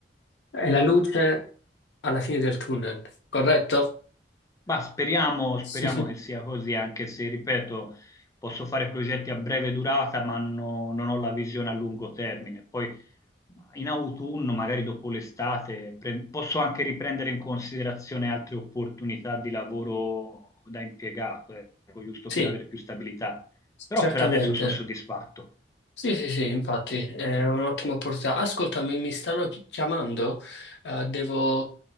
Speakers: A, on the left; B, on the left.
A: È la luce alla fine del tunnel, corretto?
B: Ma speriamo, speriamo
A: <laughs>
B: che sia così, anche se, ripeto, posso fare progetti a breve durata, ma no- non ho la visione a lungo termine. Poi In autunno, magari dopo l'estate, pre- posso anche riprendere in considerazione altre opportunità di lavoro da impiegato, ecco, giusto
A: Sì.
B: per avere più stabilità. Però
A: Certamente.
B: per adesso sono soddisfatto.
A: Sì, sì, sì, infatti è un'ottima opportunità. Ascoltami, mi mi stanno chi- chiamando, eh, devo